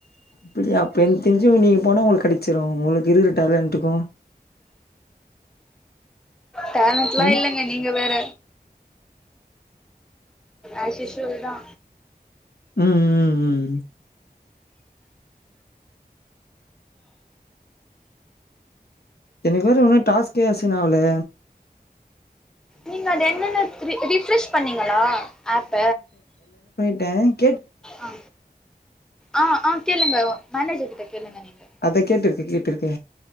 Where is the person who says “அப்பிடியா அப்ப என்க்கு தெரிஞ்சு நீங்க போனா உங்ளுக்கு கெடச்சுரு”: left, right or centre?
Left